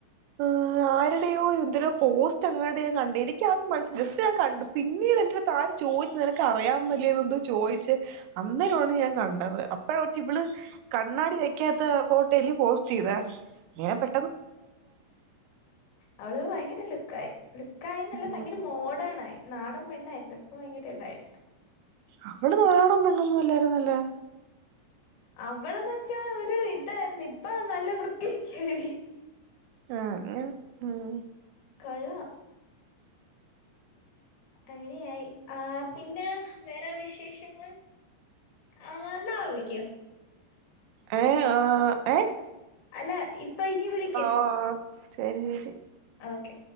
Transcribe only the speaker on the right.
ഏഹ് ആരുടെയോ എന്തൊരോ പോസ്റ്റ് എങ്ങാണ്ട് ഞാൻ കൺ എനിക്കാത് മനസ്സ് ജസ്റ്റ് ഞാൻ കണ്ടു പിന്നീട് എന്റൊരു താര ചോയിച്ചത് നിനക്ക് അറിയാവന്നല്ലേന്ന് എന്തോ ചോയിച്ച് അന്നേരവാണ് ഞാൻ കണ്ടത് അപ്പോഴറ്റ ഇവള് കണ്ണാടി വെക്കാത്ത ഫോട്ടോ എല്ലേ പോസ്റ്റ് ചെയ്ത് ഞാൻ പെ
ഉം
അവള് നാടന്നുല്ല ആല്ലായിരുന്നല്ലോ
ആ അങ്ങനെ ഉം
ഏ ആ എ
ഓഹ് ശരി ശരി